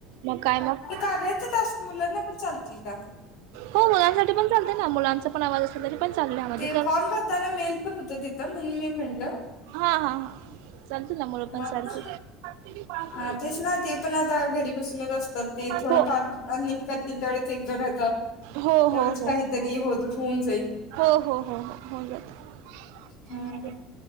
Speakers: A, on the right (about 70°); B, on the left (about 55°).
A: मग काय मग?
B: कार्याच टास्क मुलांना पण चालतील का?
A: हो मुलांसाठी पण चालतंय ना मुलांचा पण आवाज असेल तरी पण चालतंय यामधी
B: ते फॉर्म भरताना मेल पण होत तिथं होत म्हणून मी म्हटलं
A: हाहा हा चालतील ना, मुलं
B: मग
A: पण चालतील.
B: हा तेच ना ते पण आता घरी बसूनच असतात. ते थोडं
A: हो
B: फार अर्निग करतील तेवढेच एक, दोन हजार तेवढंच
A: हो हो हो
B: काहीतरी होत होऊन जाईल
A: हो हो हो हो होऊन जातं.
B: ह